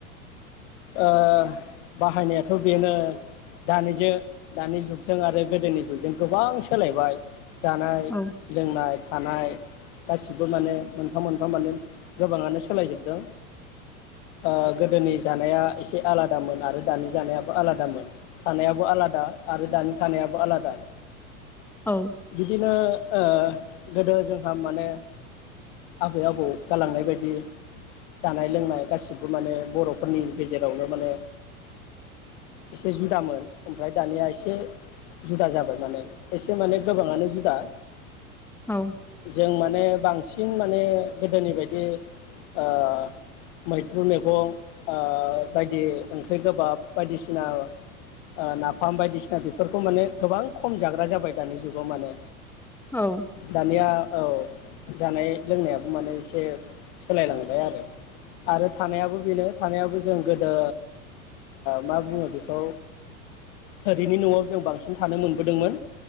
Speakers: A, on the left; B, in the centre.
A: ओ बाहायनायाथ' बेनो दानिजो दानि जुगजों आरो गोदोनि जुगजों गोबां सोलायबाय। जानाय
B: औ
A: लोंनाय थानाय गासिबो माने मोनफा मोनफा माने गोबाङानो सोलायजोबदों ओ गोदोनि जाना या एसे आलादामोन आरो दानि जानायाबो आलादामोन थानायाबो आलादा आरो दानि थानायाबो आलादा।
B: औ
A: बिदिनो ओ गोदो जोंहा माने आबै आबौ गालांनाय बायदि जानाय लोंनाय गासिबो माने बर' फोरनि गेजेरावनो माने एसे जुदामोन ओमफ्राय दानिया एसे जुदा जाबाय माने एसे माने गोबाङानो जुदा।
B: औ
A: जों मा माने बांसिन माने गोदोनि बायदि ओ मैद्रु मैगं। ओ बायदि ओंख्रि गोबाब बायदिसिना ओ नाफाम बायदिसिना बेफोरखौ माने गोबां खम जाग्रा जाबाय दानि जुगाव माने।
B: औ
A: दानिया। औ जानाय लोंनायाबो माने एसे सोलायलांबाय आरो आरो थानायाबो बेनो थानायाबो जों गोदो मा बुङो बेखौ थोरिनि न'आव जों बांसिन थानो मोनबोदोंमोन